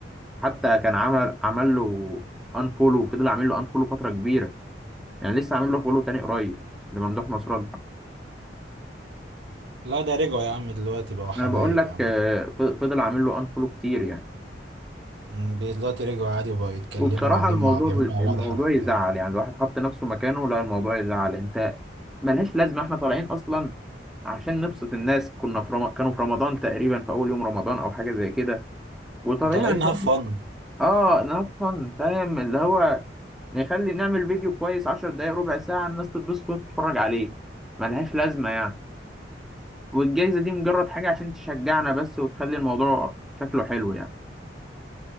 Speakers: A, in the centre; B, on the right.
A: حتى كان عمل عمل له انفولو وفضل عامل له انفولو فتره كبيره يعني لسه عامل له فولو تاني قريب لممدوح نصران
B: لا ده رجعوا يا عم دلوقتي بقوا حبايب
A: انا بقول لك
B: يا عم
A: آه، ف- فضل عامل له انفولو كتير يعني
B: أمم، دلوقتي رجعوا عادي وبقوا يتكلموا
A: وبصراحه
B: وعاملين
A: الموضوع
B: مع بيعملوا
A: ب-
B: مع
A: الموضوع
B: بعض حلقات
A: يزعل يعني الواحد حط نفسه مكانه لا الموضوع يزعل انت ملهاش لازمه احنا طالعين اصلا عشان نبسط الناس كنا في رم... كانوا في رمضان تقريبا في اول يوم رمضان او حاجه زي كده وطالعين
B: وطالعين
A: عشان
B: انها فن
A: اه نفهم فاهم اللي هو نخلي نعمل فيديو كويس عشر دقايق ربع ساعة الناس تتبسط وتتفرج عليه ملهاش لازمة يعني والجايزة دي مجرد حاجة عشان تشجعنا بس وتخلي الموضوع شكله حلو يعني